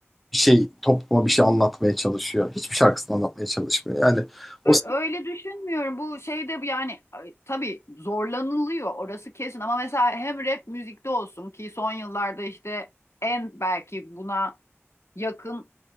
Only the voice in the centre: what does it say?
bir şey topluma bir şey anlatmaya çalışıyor. Hiçbir şarkısını anlatmaya çalışmıyor. Yani
o